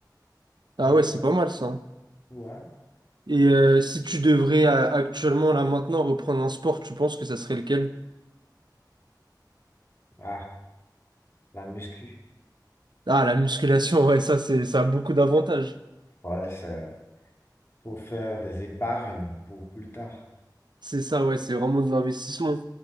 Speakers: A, on the right; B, on the left.
A: Ah
B: euh,
A: ouais, c'est pas mal ça.
B: ouais.
A: Et euh, si tu devrais à- actuellement, là maintenant, reprendre un sport, tu penses que ça serait lequel?
B: Ah, la muscu.
A: Ah, la musculation, ouais, ça, c'est, ça a beaucoup d'avantages.
B: Ouais, ça, faut faire des épargnes pour plus tard.
A: C'est ça, ouais, c'est vraiment de l'investissement.